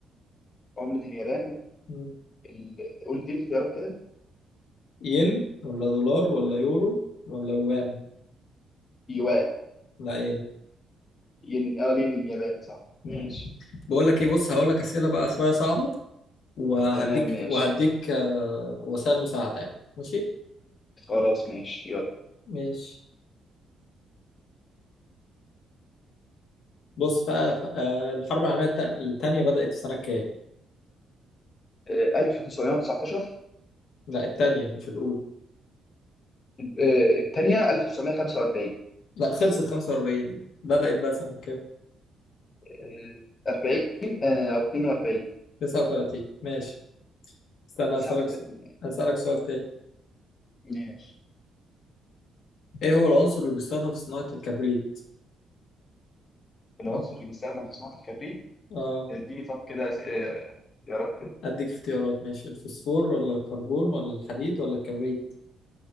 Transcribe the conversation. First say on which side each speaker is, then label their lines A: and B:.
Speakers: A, on the left; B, on the left.
A: عملة اليابان
B: مم.
A: ال... قلت لي اختيارات كده
B: ين ولا دولار ولا يورو ولا وان
A: يوان
B: لا ايه
A: ين اه لين الياباني صح
B: مم.
A: ماشي
B: بقول لك ايه بص هقول لك اسئله بقى شويه صعبه وهديك
A: تمام ماشي
B: وهديك آه، وسائل مساعده يعني ماشي
A: خلاص ماشي يلا
B: ماشي بص بقى ف- آه، الحرب العالميه التا- التانيه بدات في سنه كام
A: آه، 1919
B: لا التانيه مش الاولى
A: آه، الثانية 1945
B: لا خلصت 45 بدات بقى سنه كام
A: آه، 40 آه، أو 42
B: 39 ماشي استنى
A: 39
B: اسالك س-
A: يعني.
B: اسالك سؤال تاني
A: ماشي
B: ايه هو العنصر اللي بيستخدم في صناعه الكبريت
A: العنصر اللي بيستخدم في صناعة الكبريت
B: اه
A: اديني طب كده أس- آه، اختيارات كده
B: اديك اختيارات ماشي الفوسفور ولا الكربون ولا الحديد ولا الكبريت